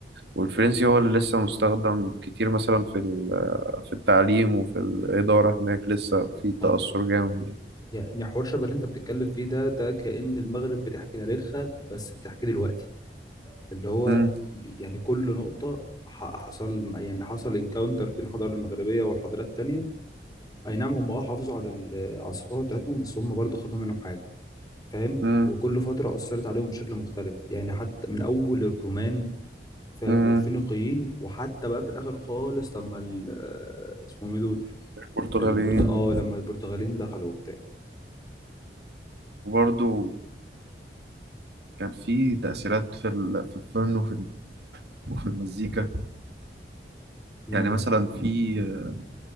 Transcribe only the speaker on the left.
آه.
يعني حوار شبه اللي أنت بتتكلم فيه ده ده كأن المغرب بتحكي تاريخها بس بتحكي دلوقتي اللي هو
ب- يعني كل نقطة ح- حصل يعني حصل انكاونتر بين الحضارة المغربية والحضارات التانية أي نعم هم أه حافظوا على ال- على الثقافة بتاعتهم بس هم برضه خدوا منهم حاجة فاهم
وكل فترة أثرت عليهم بشكل مختلف يعني حتى من أول الرومان فاهم
والفينيقيين وحتى بقى في الآخر خالص لما ال- آه، اسمهم إيه دول
البرت آه لما البرتغاليين دخلوا وبتاع
امم